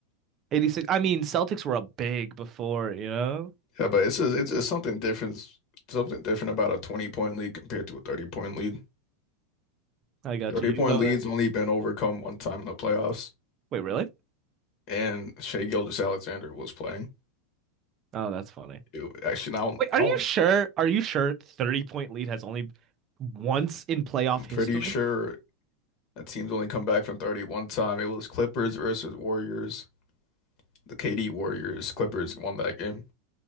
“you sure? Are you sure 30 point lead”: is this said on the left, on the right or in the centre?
Right